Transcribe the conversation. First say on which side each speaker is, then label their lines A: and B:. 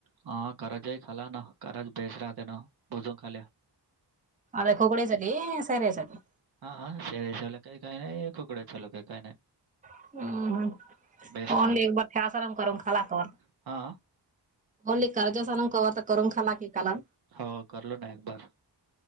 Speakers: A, on the right (about 60°); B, on the right (about 20°).
A: हा खरा जाई खाला ना खराच बेस राहते ना बोजून खालील्या.
B: म खुगड सरी सैर सरी
A: हा हा शेरे चला कायही काय नाही खुकड चल क काही काय नाही.
B: हम्म हम्म
A: बेस
B: न एक बार खळास आराम कर खाकव
A: हां.
B: ओली कर्ज सनून कव तर करून खाला की काला
A: हो करलो ना एक बार